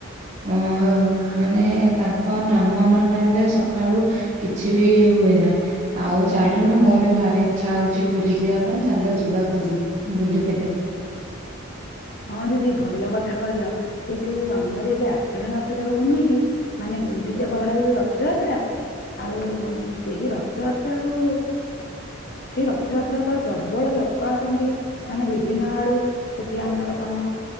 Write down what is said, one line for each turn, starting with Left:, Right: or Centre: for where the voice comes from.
Left: <inaudible>
Right: ଅ, ମାନେ ତାଙ୍କ ନାମ ନ ନେଲେ ସକାଳୁ କିଛି ବି ହୁଏ ନା। ଆଉ ଚାଲୁନ ମୋର ଭାରି ଇଚ୍ଛା ହଉଛି ପୁରୀ ଯିବା ପାଇଁ ଚାଲ ଯିବା ପୁରୀ। ବୁଲି କେବେ।
Left: ହଁ ଦିଦି ଭଲ କଥା କହିଲ ଏଇ ଯୋଉ ଆମର ଏବେ ଆଷାଢ ମାସରେ ହଉନି କି। ମାନେ ଗୁଣ୍ଡିଚା ବାହୁଡା ହଉ ଯୋଉ ରଥଯାତ୍ରା। ଆଉ ସେହି ରଥଯାତ୍ରା କୁ। ସେଇ ରଥଯାତ୍ରା କୁ ପ୍ରବଳ ଲୋକ ଆସନ୍ତି ମାନେ ବିଭିନ୍ନ ଆଡୁ। ସେଠି ଆମର କଣ